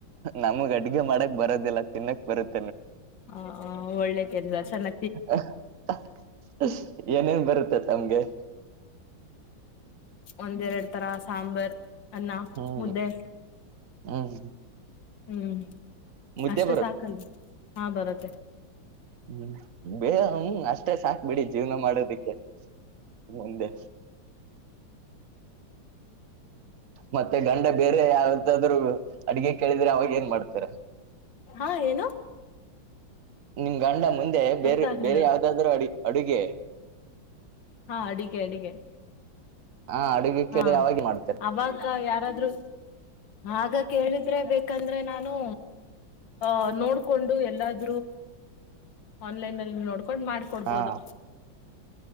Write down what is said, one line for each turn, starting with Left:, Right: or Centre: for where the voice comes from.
Right: ನಮಗ್ ಅಡ್ಗೆ ಮಾಡಕ್ ಬರೋದಿಲ್ಲ ತಿನ್ನಕ್ ಬರತ್ತ.
Left: ಹ ಒಳ್ಳೆ ಕೆಲ್ಸ ಚೆನ್ನ.
Right: ಹ. <inaudible> ಏನೇನ್ ಬರುತ್ತೇ ತಮ್ಗೆ.
Left: ಒಂದ್ ಏರಡ್ ತರ ಸಾಂಬಾರ್ ಅನ್ನ
Right: ಹ್ಮ್
Left: ಮುದ್ದೆ.
Right: ಹ್ಮ್
Left: ಹ್ಮ್
Right: ಮುದ್ದೆ
Left: ಅಷ್ಟೆ ಸಾಕಲ್ಲ ಹಾ ಬರುತ್ತೆ.
Right: ಹ್ಮ ಬೇಹಮ್ ಅಷ್ಟ. ಮತ್ತೆ ಸಾಕ್ಬಿಡಿ ಜೀವನ ಮಾಡೋದಿಕ್ಕೆ ಮುಂದೆ. ಮತ್ತೆ ಗಂಡ ಬೇರೆ ಯಾವತ್ತಾದ್ರು ಅಡ್ಗೆ ಕೇಳಿದ್ರೆ ಅವಾಗ ಏನ್ ಮಾಡ್ತೀರಾ.
Left: ಹಾ ಏನು.
Right: ನಿಮ್ ಗಂಡ ಮುಂದೆ ಬೇರೆ
Left: ಅರ್ಥ ಆಗ್ಲಿಲ್ಲ
Right: ಬೇರೆ ಯಾವ್ದಾದ್ರೂ ಅಡಿ ಅಡುಗೆ.
Left: ಹಾ ಅಡಿಗೆ ಅಡಿಗೆ.
Right: ಹಾ ಅಡುಗೆ
Left: ಹಾ
Right: ಕೇಳಿದ್ರೆ ಅವಾಗ ಮಾಡ್ತಾರೆ
Left: ಅವಾಗ ಯಾರಾದ್ರೂ. ಆಗ ಕೇಳಿದ್ರೆ ಬೇಕಂದ್ರೆ ನಾನು. ಅ ನೋಡ್ಕೊಂಡು ಎಲ್ಲಾದ್ರೂ ಆನ್ಲೈನ್ಲ್ಲಿ ನೋಡ್. ಕಕೊಂಡ್ ಮಾಡ್ಕೊಡ್ಬೋದು
Right: ಹಾ